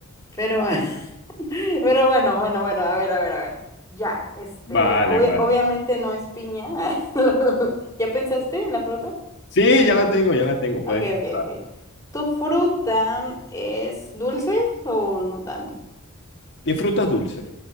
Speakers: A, on the left; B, on the left.
A: Pero, <laughs> pero bueno, bueno, bueno, a ver, a ver, a ver. Ya, este,
B: Vale,
A: obvia-
B: vale.
A: obviamente no es piña. <laughs> ¿Ya pensaste en la fruta?
B: Sí, ya la tengo, ya la tengo, puedes
A: Ok,
B: empezar.
A: ok, ok. ¿Tu fruta es dulce o no tanto?
B: Mi fruta es dulce,